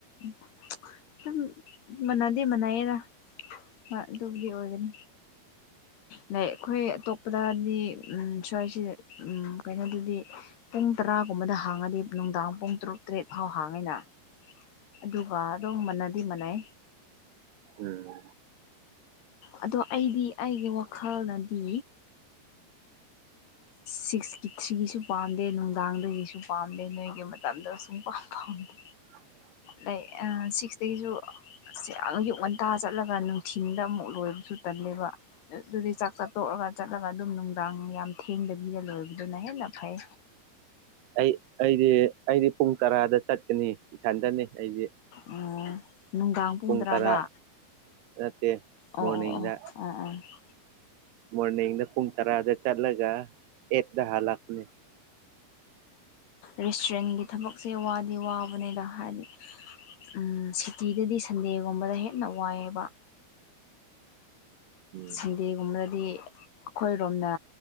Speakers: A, on the left; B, on the right.
A: ꯎ <unintelligible> ꯑꯗꯨꯝ ꯃꯅꯗꯦ ꯃꯅꯥꯩꯌꯦꯗ ꯑꯗꯨꯕꯨꯗꯤ ꯑꯣꯏꯒꯅꯤ ꯂꯩ ꯑꯩꯈꯣꯏ ꯑꯇꯣꯞꯄꯗꯗꯤ ꯎꯝ ꯁ꯭ꯋꯥꯏꯁꯤ ꯎꯝ ꯀꯩꯅꯣꯗꯨꯗꯤ ꯄꯨꯡ ꯇꯔꯥꯒꯨꯝꯕꯗ ꯍꯥꯡꯉꯗꯤ ꯅꯨꯡꯗꯥꯡ ꯄꯨꯡ ꯇꯔꯨꯛ ꯇꯔꯦꯠ ꯐꯥꯎ ꯍꯥꯡꯉꯤꯅ꯫ ꯑꯗꯨꯒ ꯑꯗꯨꯝ ꯃꯅꯗꯤ ꯃꯥꯟꯅꯩ꯫
B: ꯎꯝ
A: ꯑꯗꯣ ꯑꯩꯗꯤ ꯑꯩꯒꯤ ꯋꯥꯈꯜꯅꯗꯤ꯫
B: <inaudible>
A: ꯁꯤꯛꯁꯀꯤ ꯊ꯭ꯔꯤꯒꯤꯁꯨ ꯄꯥꯝꯗꯦ ꯅꯨꯡꯗꯥꯡꯗꯒꯤꯁꯨ ꯄꯥꯝꯗꯦ ꯅꯣꯏꯒꯤ ꯃꯇꯝꯗ ꯁꯨꯡ ꯄꯥꯝ ꯄꯥꯝꯗꯦ꯫
B: <inaudible>
A: ꯂꯛ ꯁꯤꯛꯁꯇꯒꯤꯁꯨ ꯑꯁ ꯌꯥꯝꯌꯛ ꯉꯟꯇꯥ ꯆꯠꯂꯒ ꯅꯨꯡꯊꯤ ꯊꯣꯏꯕꯁꯨ ꯇꯜꯂꯦꯕ꯫ ꯑꯗꯨꯗꯤ ꯆꯥꯛ ꯆꯥꯠꯇꯣꯛꯑꯒ ꯆꯠꯂꯒ ꯑꯗꯨꯝ ꯅꯨꯡꯗꯥꯡ ꯌꯥꯝ ꯊꯦꯡꯗꯕꯤꯗ ꯂꯣꯏꯕꯗꯨꯅ ꯍꯦꯟꯅ ꯐꯩ꯫
B: ꯑꯩ ꯑꯩꯗꯤ ꯑꯩꯗꯤ ꯄꯨꯡ ꯇꯔꯥꯗ ꯆꯠꯀꯅꯤ꯫ ꯏꯊꯟꯗꯅꯤ ꯑꯩꯁꯦ
A: ꯑꯣ ꯅꯨꯡꯗꯥꯡ
B: ꯄꯨꯡ
A: ꯇꯔꯥꯗ
B: ꯇꯔꯥ꯫ ꯅꯠꯇꯦ
A: ꯑꯣ
B: ꯃꯣꯔꯅꯤꯡꯗ
A: ꯑꯣ ꯑꯣ ꯑꯣ ꯑꯣ
B: ꯃꯣꯔꯅꯤꯡꯗ ꯄꯨꯡ ꯇꯔꯥꯗ ꯆꯠꯂꯒ ꯑꯦꯠꯗꯍ ꯂꯥꯛꯅꯤ꯫
A: ꯔꯦꯁꯇꯨꯔꯦꯟꯒꯤ ꯊꯕꯛꯁꯦ ꯋꯥꯗꯤ ꯋꯥꯕꯅꯤꯗ ꯍꯥꯏꯗꯤ ꯎꯝ ꯁꯤꯇꯤꯗꯗꯤ ꯁꯟꯗꯦꯒꯨꯝꯕꯗ ꯍꯦꯟꯅ ꯋꯥꯏꯑꯦꯕ꯫
B: ꯎꯝ
A: ꯁꯟꯗꯦꯒꯨꯝꯕꯗꯗꯤ ꯑꯩꯈꯣꯏꯔꯣꯝꯅ